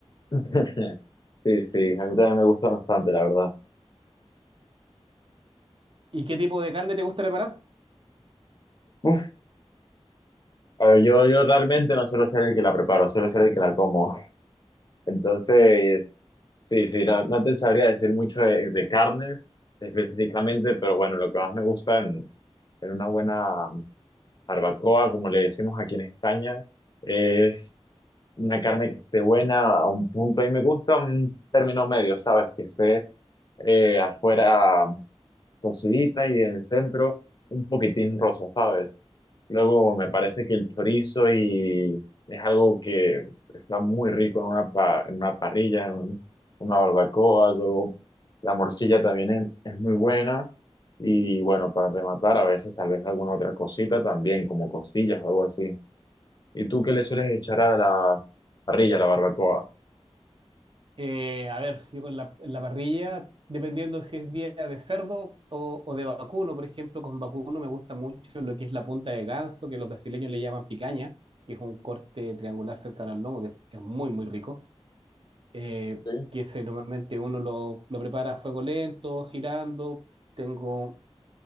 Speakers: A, on the left; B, on the right.
A: <laughs> Sí, sí, a mí también me gusta bastante, la verdad.
B: ¿Y qué tipo de carne te gusta preparar?
A: Uf, a ver, yo, yo realmente no suelo ser el que la preparo, suelo ser el que la como. Entonces, Sí, sí, no, no te sabría decir mucho de, de carne específicamente, pero bueno, lo que más me gusta en, en una buena barbacoa, como le decimos aquí en España, es una carne que esté buena a un punto. Y me gusta un término medio, ¿sabes? Que esté eh, afuera cocidita y en el centro un poquitín rosa, ¿sabes? Luego me parece que el chorizo y es algo que está muy rico en una, pa- en una parrilla, en un- una barbacoa, luego la morcilla también es, es muy buena y bueno, para rematar a veces tal vez alguna otra cosita también, como costillas o algo así. ¿Y tú qué le sueles echar a la parrilla, a la barbacoa?
B: Eh, a ver, yo con la, en la parrilla, dependiendo si es día de cerdo o, o de vacuno, por ejemplo, con vacuno me gusta mucho lo que es la punta de ganso, que los brasileños le llaman picaña, que es un corte triangular cercano al lomo, que es muy, muy rico. eh,
A: Sí.
B: que ese normalmente uno lo, lo prepara a fuego lento, girando. Tengo